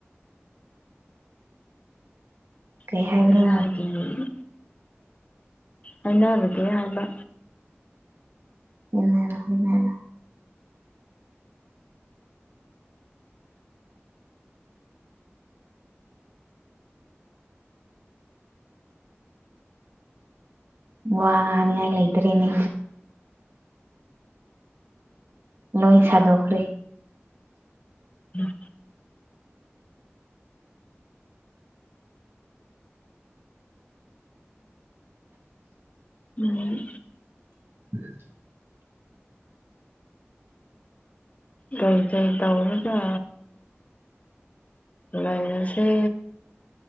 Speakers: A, on the right (about 60°); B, on the left (about 30°).
A: ꯀꯩ
B: <unintelligible>
A: ꯍꯥꯏꯕꯅꯣ
B: ꯍꯥꯏꯅꯔꯨꯒꯦ ꯍꯥꯌꯕꯥ
A: ꯍꯅ ꯍꯅ ꯋꯥ ꯉꯅꯤ ꯂꯩꯇꯔꯦꯅꯤ ꯂꯣꯏ ꯆꯥꯗꯈꯔꯤ
B: ꯎꯝ ꯎꯝ
A: <inaudible>
B: ꯀꯏ ꯀꯩ ꯇꯧꯔꯗ ꯂꯩꯥꯏꯁꯦ